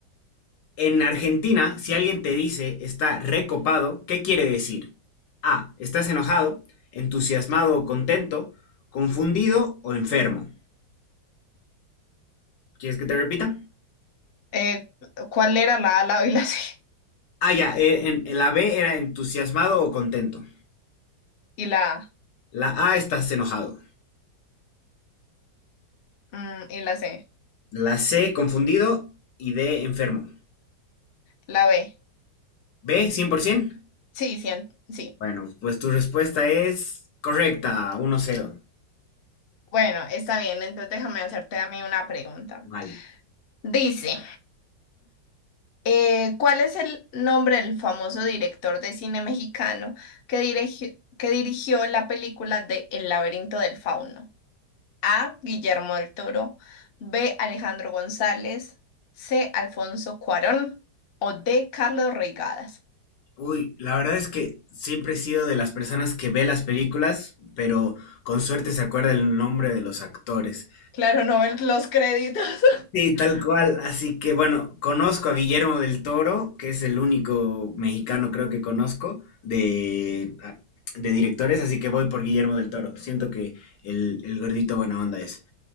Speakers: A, on the left; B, on the left.
A: en Argentina, si alguien te dice está recopado, ¿qué quiere decir? A, estás enojado, entusiasmado o contento, confundido o enfermo. ¿Quieres que te repita?
B: Eh, ¿cuál era la A, la B y la C?
A: Ah, ya, eh, en, en la B era entusiasmado o contento.
B: <laughs> Y la A,
A: La A estás enojado.
B: mm, y la C.
A: La C confundido y D enfermo.
B: La B.
A: B 100%.
B: Sí, sí, en- sí.
A: Bueno, pues tu respuesta es correcta, uno cero.
B: Bueno, está bien, entonces déjame hacerte a mí una pregunta.
A: Vale.
B: Dice, Eh, ¿cuál es el nombre del famoso director de cine mexicano que dirigi- que dirigió la película de El laberinto del fauno? A. Guillermo del Toro, B. Alejandro González, C. Alfonso Cuarón o D. Carlos Reigadas.
A: Uy, la verdad es que siempre he sido de las personas que ve las películas, pero con suerte se acuerda el nombre de los actores.
B: Claro, no ven los créditos. <laughs>
A: Sí, tal cual. Así que bueno, conozco a Guillermo del Toro, que es el único mexicano creo que conozco de, a- de directores, así que voy por Guillermo del Toro. Siento que el, el gordito buena onda es.